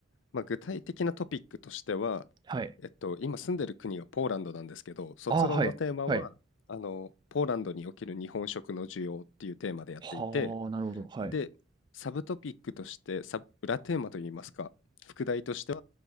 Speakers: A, on the left; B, on the right.
A: まあ、具体的なトピックとしては、
B: はい。
A: えっと、今住んでる国がポーランドなんですけど、卒論のテーマは、
B: ああ、はい。はい。
A: あの、ポーランドにおける日本食の需要っていうテーマでやっていて、
B: はあ、なるほど。はい。
A: で、サブトピックとして、サブ、裏テーマといいますか、副題として